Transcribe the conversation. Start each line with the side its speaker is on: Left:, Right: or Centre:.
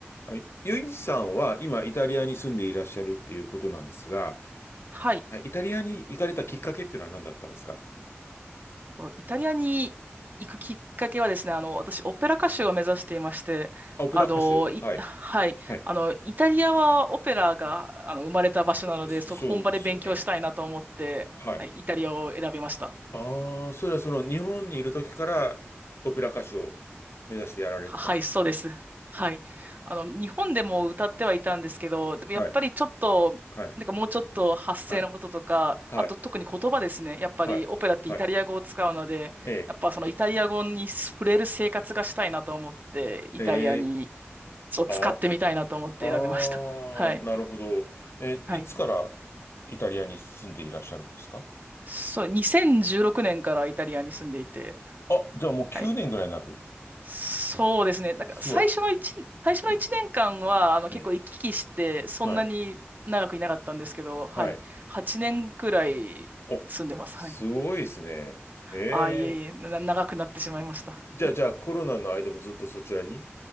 Left: はい。ゆいさんは今イタリアに住んでいらっしゃるっていうことなんですが、
Right: はい。
Left: はいイタリアに行かれたきっかけっていうのは何だったんですか
Right: イタリアに行くきっかけはですね、あの、私、オペラ歌手を目指していまして、
Left: あ、オペラ歌手。
Right: あの、い、
Left: はい。
Right: はい。
Left: はい。
Right: あの、イタリアはオペラが、あの、生まれた場所なので、
Left: そそうですよね。
Right: そこ本場で勉強したいなと思って、
Left: はい。
Right: はいイタリアを選びました。
Left: ああ、それはその日本にいる時からオペラ歌手を目指してやられてたんですか
Right: は <laughs> はい、そうです。はい。あの、日本でも歌ってはいたんですけど、でもやっぱりちょっと、
Left: はい。はい。
Right: なんかもうちょっと発声のこととか、
Left: はい。はい。
Right: あと特に言葉ですね。やっぱりオペラってイタリア語を使うので、
Left: はい。はい。ええ。
Right: やっぱそのイタリア語に触れる生活がしたいなと思って、イタリアに、
Left: ええ。
Right: そう使ってみたいなと思って選びました。
Left: あ、ああ、
Right: <laughs> はい。
Left: なるほど。え、
Right: はい。
Left: いつからイタリアに住んでいらっしゃるんですか
Right: そう、2016年からイタリアに住んでいて、
Left: あ、じゃあもう9年ぐらいになる
Right: はい。そうですね。なんか最初の一年最初の一年間は、
Left: すごい。うん、
Right: あの、
Left: うん。
Right: 結構行き来して、そんなに長くいなかったんですけど、
Left: はい。
Right: はい。
Left: はい。
Right: 8年くらい住んでます。
Left: お、すごいですね。
Right: はい。
Left: へ
Right: ああ、いえいえ、
Left: え。
Right: な、長くなってしまいました。
Left: じゃあ、じゃあ、コロナの間もずっとそちらに